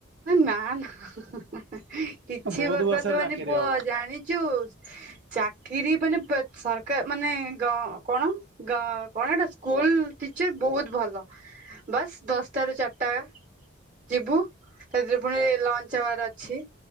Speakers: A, on the right; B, on the right.
A: ନା ନା କିଛି
B: ବହୁତ
A: ବରବାଦ
B: ବର୍ଷରେ
A: ହବନି,
B: ଚାକିରି
A: ପୁଅ
B: ହବ।
A: ଜାଣିଚୁ ଚାକିରି ମାନେ ପେ ସରକାର ମାନେ ଗ କଣ? ଗାଁ କଣ ହେଟା ସ୍କୁଲ ଟିଚର ବହୁତ ଭଲ। ବସ୍ ଦଶଟା ରୁ ଚାରିଟା ଯିବୁ। ସେଥିରେ ପୁଣି ଲଞ୍ଚ ଆୱାର ଅଛି